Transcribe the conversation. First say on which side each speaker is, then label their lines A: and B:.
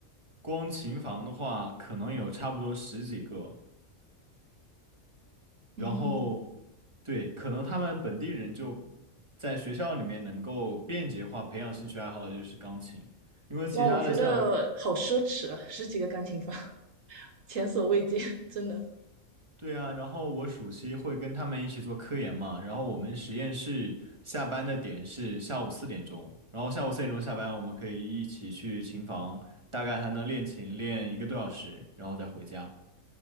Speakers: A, on the right; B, on the right.
A: 光琴房的话，可能有差不多十几个。
B: 嗯，
A: 然后，对，可能他们本地人就在学校里面能够便捷化培养兴趣爱好的就是钢琴，因为其他的像
B: 哇，我觉得好奢侈啊，十几个钢琴房，<laughs> 前所未见，真的。
A: 对啊，然后我暑期会跟他们一起做科研嘛，然后我们实验室下班的点是下午四点钟，然后下午四点钟下班，我们可以一起去琴房，大概还能练琴练一个多小时，然后再回家。